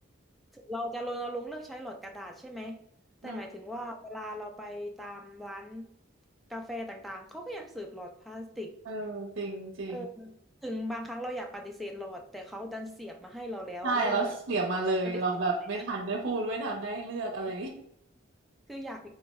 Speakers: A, in the centre; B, on the right.
A: ถึงเราจะรณรงค์เรื่องใช้หลอดกระดาษใช่ไหมแต่หมายถึงว่าเวลาเราไปตามร้าน
B: อืม
A: กาแฟต่างๆเขาก็ยังเสิร์ฟหลอดพลาสติก
B: เออจริงจริง
A: เออถึงบางครั้งเราอยากปฏิเสธหลอดแต่เขาดันเสียบมาให้เราแล้วอะแล้วเราแบบ
B: ใช่เราเสียมาเลยเราแบบไม่ทันได้พูดไม่ทันได้เลือกอะไร
A: ปฏิเสธไม่ได้ คืออยาก